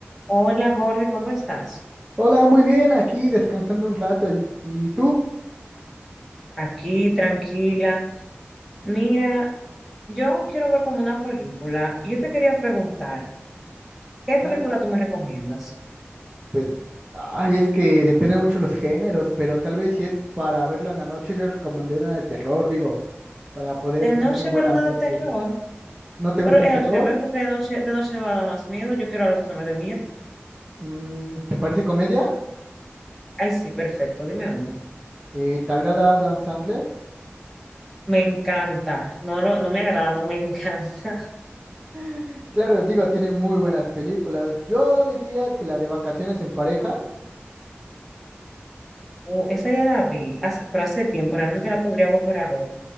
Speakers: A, in the centre; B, on the right.
A: Hola Jorge, ¿cómo estás?
B: Hola, muy bien, aquí descansando un rato. ¿Y, y tú?
A: Aquí, tranquila. Mira, yo quiero ver como una película. Yo te quería preguntar, ¿qué
B: Cla-
A: película tú me recomiendas?
B: Pues, ay, es que dependen mucho los géneros, pero tal vez si es para verla en la noche, yo recomendé una de terror, digo, para poder
A: De
B: poner
A: noche
B: un buen
A: ver
B: ambiente.
A: una de terror,
B: ¿No te
A: pero
B: gusta
A: es
B: el terror?
A: al revés, porque de noche, de noche me va a dar más miedo. Yo quiero algo que no me dé miedo.
B: Mm, ¿te parece comedia?
A: Ay, sí, perfecto, dime una.
B: Eh, ¿te agrada Adam Sandler?
A: Me encanta, no, lo, no me agrada, no me encanta. <laughs>
B: <laughs> Claro, digo, tiene muy buenas películas. Yo diría que la de Vacaciones en pareja.
A: Uh, esa ya la vi, hace- pero hace tiempo, realmente la podría volver a ver.